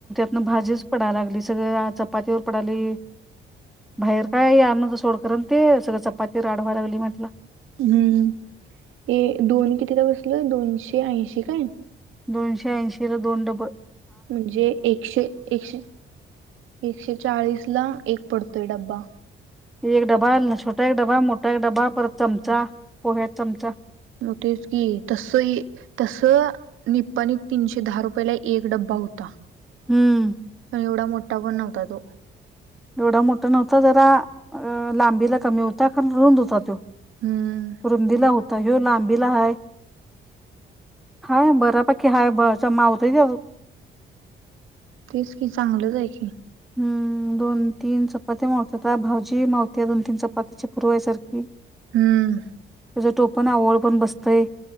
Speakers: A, in the centre; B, on the right.
A: अन भाजीच पडायला लागली सगळं आ चपातीवर पडाली. बाहेर काय आलं नव्हतं सोड, खरं ते सगळं चपाती राड व्हाय लागली म्हटलं.
B: हम्म, ए दोन कितीला बसलं, दोनशे ऐंशी काय?
A: दोनशे ऐंशीला दोन डबं.
B: म्हणजे एकशे एकशे एकशे चाळीस ला एक पड तोय डब्बा.
A: एक डबा छोटा एक डबा मोठा एक डबा परत चमचा पोह्याचा चमचा.
B: मग तेच की, तसं इ तसं निप्पानीत तीनशे दहा रुपयला एक डब्बा. होता.
A: हम्म.
B: एवढा मोठा पण नव्हता तो.
A: एवढा मोठा नव्हता जरा अ लांबीला कमी होता, कारण रुंद होता तो.
B: हम्म
A: रुंदीला होता ह्यू लांबीला हाय. हाय बऱ्यापैकी हाय बच मावतय.
B: तेच कि चांगलंच आहे की.
A: हम्म, दोन तीन चपात्या मावत्यात भाजी मावती दोन तीन चपात्याची पुरवाय सार खी त्याज
B: हम्म
A: टोपण आवळ पण बसतंय.